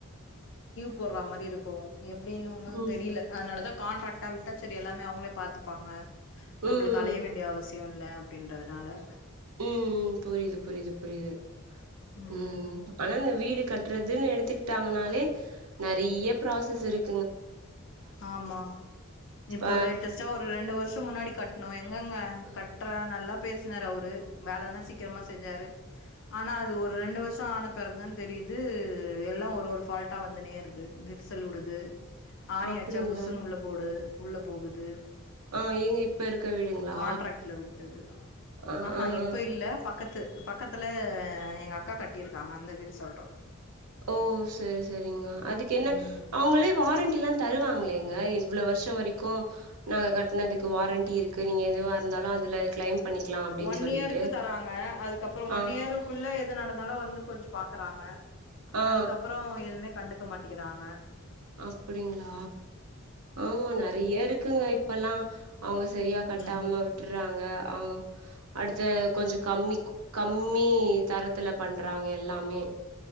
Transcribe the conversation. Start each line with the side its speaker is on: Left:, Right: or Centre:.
Left: போட்றா மாரி இருக்கு எப்டின்னு ஒன்னு
Right: ம்
Left: தெரியல அதுனாலதா கான்ட்ராக்டா விட்டா சரி எல்லாமே அவங்களே பாத்துப்பாங்க
Right: ம்
Left: நம்மளுக்கு
Right: ம்
Left: அலைய வேண்டிய அவசிய யோ இல்ல அப்டின்றதுனால
Right: உ உ புரியுது புரியுது புரியுது
Left: ம்
Right: உ ஆனா இந்த வீடு கட்டுறதுன்னு எடுத்துக்கிட்டாங்கனாலே நறையா ப்ராசஸ் இருக்
Left: ஆமா
Right: இப்ப
Left: இப்போ லேட்டஸ்ட்டா ஒரு ரெண்டு வருஷோ முன்னாடி கட்ணோ எங்கங்க கட்டுற நல்லா பேசனாரு அவரு வேலலா சீக்கிரமா செஞ்சாரு ஆனா அது ஒரு ரெண்டு வருஷோ ஆனப்பெரகுதா தெரியுது எல்லா ஒரு ஒரு ஃபால்ட்டா வந்துனே இருக்கு விரசல் வுடுது ஆணி
Right: அப்டிங்களா
Left: அடிச்சா புஸ்ஷன்னு உள்ள போடு உள்ள போகுது
Right: ஆ எங்க இப்ப இருக்க வீடுங்களா
Left: கான்ட்ராக்ட்ல விட்டது
Right: ஆ
Left: ஆஹா
Right: ஆ
Left: இப்ப
Right: ஆ
Left: இல்ல பக்கத்து பக்கத்துல எங்க அக்கா கட்டியிருக்காங்க அபந்த வீடு சொல்றோ
Right: ஓ சரி சரிங்க அதுக்கு என்ன
Left: ம்
Right: அவங்களே வாரண்டி எல்லா தருவாங்களேங்க இவ்வள வருஷ ஷோ வரைக்கு நாங்க கட்டினதுக் வாரண்டி இருக்கு நீங்க எதுவா இருந்தாலு அதுல கிளைம் பண்ணிக்கலா அப்டின்னு
Left: ஒன்
Right: சொல்லிட்டு
Left: இயருக்கு தராங்க அதுக்கப்புறற ஒன்
Right: ஆ
Left: இயருக்குள்ள எது நடந்தாலு வந்து கொஞ்ச பா கறாங்க
Right: ஆ ஆ
Left: அதுக்கப்புறோஎதுமே கண்டுக்க மாட் க்கிறாங்க
Right: அப்டிங்களா ஆமா நறையா இருக்குங்க இப்பல்லா அவங்க சரியா கட்டாம
Left: ம்
Right: விட்டுற்றாங்க அவ் அடுத்த கொஞ்ச கம்மி கம்மி தரத்துல பண்றாங்க எல்லாமே